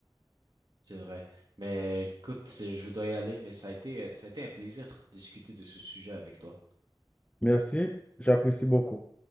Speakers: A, on the right; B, on the left.
A: c'est vrai. Mais écoute, c'est- je dois y aller, mais ça a été, ça a été un plaisir de discuter de ce sujet avec toi.
B: Merci, j'apprécie beaucoup.